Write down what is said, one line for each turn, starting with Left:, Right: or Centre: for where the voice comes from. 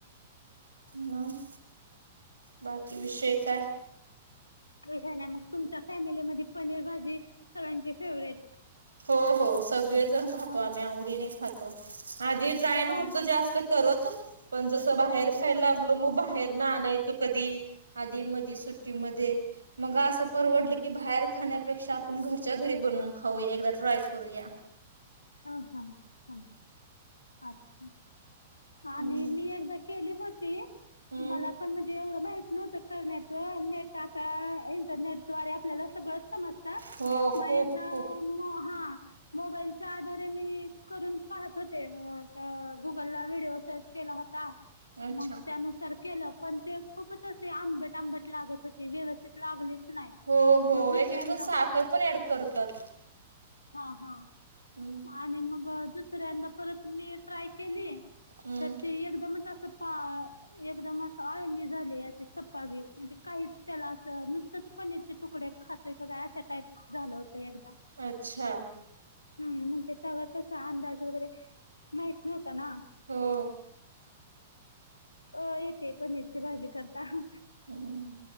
Right: मग बाकी विषय काय
Left: अष ना मग तुमच्या फॅमिली मधे पनीर भाजी सगळ्यांची फेवरेट
Right: हो हो सगळेजण खातो
Left: हां
Right: आम्ही आवडीने खातो आधी ड्राय न
Left: हां
Right: होत
Left: हां
Right: जास्त त पण जस बाहेर
Left: हां
Right: खायला मग बाहेर ना आणायचो कधी आधी मधी सुट्टीमध्ये मग अस परवडली
Left: हां हां
Right: की बाहेर खाण्यापेक्षा आपण घरच्या घरी बनवून खाऊया एकदा ट्राय करूया
Left: हा हा हा अच्छा
Right: हम्म
Left: आणि मी एकदा केली होती
Right: हम्म
Left: मला पण एवढं माहित न्ह तर करण्यातच नट टाटा इंटरनेट ारे आपल्याला सगळ समजत
Right: हो खूप
Left: ह
Right: खूप
Left: मो त्याच्या आधारे मी करून पाहत होते गुगल ला व्हिडिओ सर्च केला होता
Right: अच्छा
Left: मग त्यानुसार केलं पण ते खूपच असे आंबट आंबट लागत होते ते व्यवस्थित लागलेच नाही
Right: हो हो
Left: मग दुसऱ्यांदा
Right: एक एक जण साखर
Left: ह
Right: पण ऍड करतात
Left: हा हा
Right: हम्म
Left: आणि मग दुसऱ्यांदा परत मी ट्राय केली
Right: हम्म
Left: तर ते एकदमच अस ह एकदम असं आळंदी झाले असे सपागरी म्हणजे काही त्याला असं नुसतंच पनीरचे तुकडे खातोय का काय अशा टाईप झालं होतं एकदा
Right: अच्छा
Left: हम म्हणजे त्यावर कसा अंदाज मा आ
Right: हो
Left: अ येते पनीरची भाजी करता ह
Right: हम्म